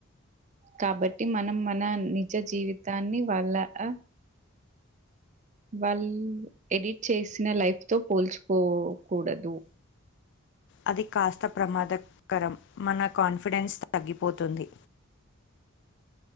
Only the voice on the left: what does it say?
అది కాస్త ప్రమాదకరం మన కాన్ఫిడెన్స్ తగ్గిపోతుంది